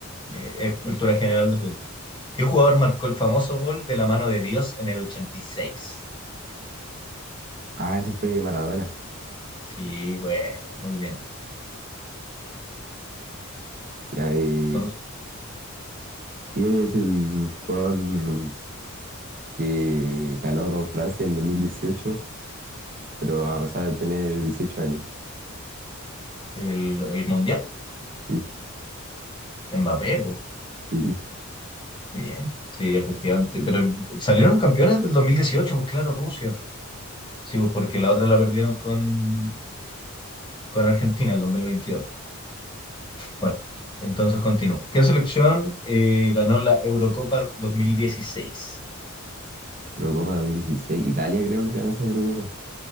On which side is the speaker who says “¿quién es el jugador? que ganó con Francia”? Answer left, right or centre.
Right